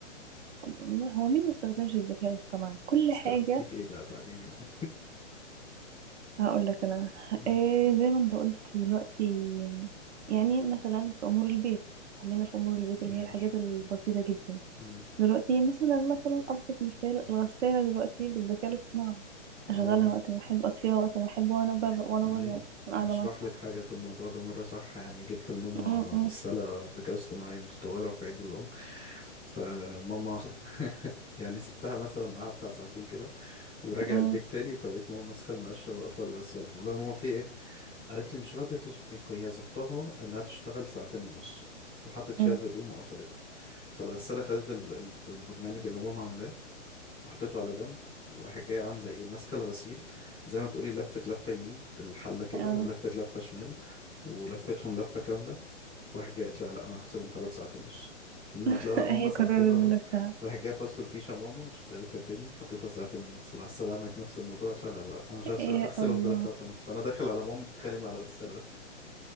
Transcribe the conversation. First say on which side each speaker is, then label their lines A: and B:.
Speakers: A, on the right; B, in the centre.
A: الله هو مين ما استخدمش الذكاء الاصطناعي كل
B: استخدمتي
A: حاجة
B: في ايه بقى تعديني بقى
A: هقول لك انا
B: <laughs> أمم،
A: إيه زي ما انت قلت دلوقتي يعني مثلا في امور البيت خلينا في امور البيت اللي
B: ماشي
A: هي الحاجات البسيطة جدا
B: أمم،
A: دلوقتي مثلا مثلا ابسط مثال الغسالة دلوقتي بالذكاء الاصطناعي اشغلها
B: اه
A: وقت ما احب اطفيها وقت ما احب وانا بره وانا بره
B: ايوه
A: قاعدة
B: نشرح
A: مع
B: لك حاجة في الموضوع ده مرة صح يعني جبت لماما
A: صحابي
B: غسالة بذكاء اصطناعي متطورة في عيد الأم فماما <laughs> يعني سبتها مثلا معاها بتاع ساعتين كده وراجع
A: مم.
B: البيت تاني فلقيت ماما ماسكه المقشه واقفه الغساله فبقول لها ماما في ايه قالت لي مش راضيه تظب... هي ظبطها انها تشتغل ساعتين ونص وحطت فيها
A: مم.
B: الهدوم وقفلتها فالغساله خدت ال... ال- البرنامج اللي ماما عاملاه وحطيته على جنب وراحت جايه عامله ايه ماسكه الغسيل زي ما تقولي لفت لفه يمين بالحله كده
A: اه
B: ولفت لفه شمال ولفتهم لفه كامله وراحت جايه قالت لها لا انا هغسلهم ثلاث ساعات ونص ماما قالت
A: <laughs>
B: لها لا
A: هي
B: هما ساعتين
A: قررت
B: ونص
A: من نفسها
B: راحت جايه فصل الفيشه ماما وشغلتها تاني وحطيتها ساعتين ونص لا السلام عملت نفس الموضوع قالت لها لا لا انا مش
A: يا
B: هغسل- هغسلهم
A: الله
B: ثلاث ساعات ونص فانا داخل على ماما بتتخانق مع الغساله